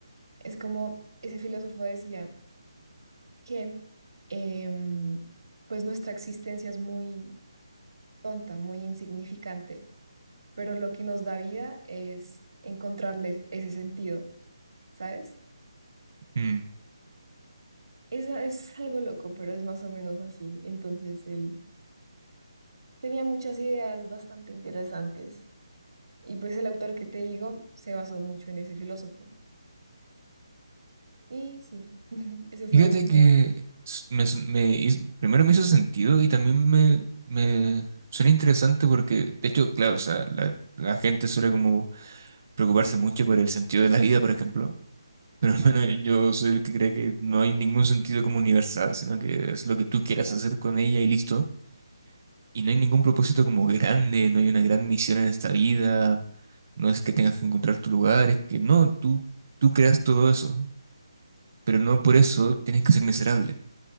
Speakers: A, on the right; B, on the right.
A: es como ese filósofo decía que em, pues nuestra existencia es muy tonta, muy insignificante, pero lo que nos da vida es encontrarle ese sentido, ¿sabes?
B: Mm.
A: Es, es algo loco, pero es más o menos así. Entonces, él tenía muchas ideas bastante interesantes. Y pues el autor que te digo se basó mucho en ese filósofo. Y sí, <laughs> ese
B: Fíjate
A: fue el último.
B: que s- me, su- me hiz- primero me hizo sentido y también me, me suena interesante porque, de hecho, claro, o sea, la, la gente suele como preocuparse mucho por el sentido de la vida, por ejemplo. Pero al
A: Ajá,
B: menos yo soy el que cree que no hay ningún sentido como universal, sino que es lo que tú quieras
A: claro.
B: hacer con ella y listo. Y no hay ningún propósito como grande, no hay una gran misión en esta vida, no es que tengas que encontrar tu lugar, es que no, tú, tú creas todo eso, pero no por eso tienes que ser miserable.